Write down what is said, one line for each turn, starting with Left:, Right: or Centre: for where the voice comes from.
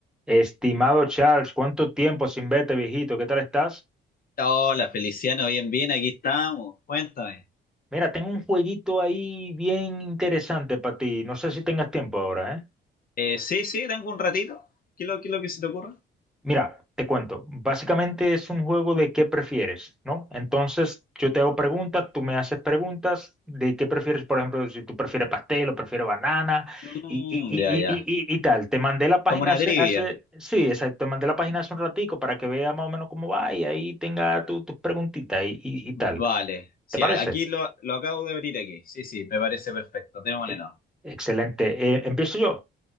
Centre: Estimado Charles, ¿cuánto tiempo sin verte, viejito? ¿Qué tal estás?
Left: Hola, Feliciano, bien, bien, aquí estamos. Cuéntame.
Centre: Mira, tengo un jueguito ahí bien interesante para ti. No sé si tengas tiempo ahora, ¿eh?
Left: Eh, sí, sí, tengo un ratito. ¿Qué es lo, qué es lo que se te ocurre?
Centre: Mira, te cuento. Básicamente es un juego de qué prefieres, ¿no? Entonces yo te hago preguntas, tú me haces preguntas de qué prefieres, por ejemplo, si tú prefieres pastel o prefieres banana
Left: Mm,
Centre: y, y, y,
Left: ya, ya.
Centre: y, y, y- y tal. Te mandé la página
Left: Como una
Centre: hace,
Left: trivia.
Centre: hace, sí, exacto, te mandé la página hace un ratico para que veas más o menos cómo va y ahí tenga tu- tus preguntitas y, y, y tal.
Left: Vale. Sí,
Centre: ¿Te parece?
Left: a- aquí lo, lo acabo de abrir aquí. Sí, sí, me parece perfecto. Démosle
Centre: Eh,
Left: no.
Centre: Excelente. Eh, empiezo yo.